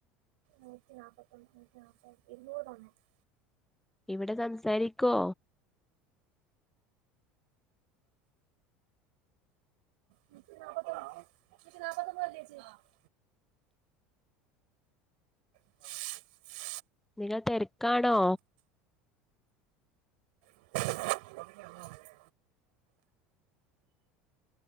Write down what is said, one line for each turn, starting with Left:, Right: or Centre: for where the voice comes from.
Right: നൂറ്റി നാപ്പത്തൊന്ന്ൂറ്റ നാപ്പായിരത്തി ഇരൂറ്ൊന്ന <unintelligible>
Centre: ഇവിടെ സംസാരിക്കോ
Right: ന നാപ്പത്ത നച്ച നാപ്പത്തൊന്ന്ല്ലച്ച <unintelligible> ആ <unintelligible>
Centre: നിങ്ങൾ തെര്ക്കാണോ
Right: <unintelligible>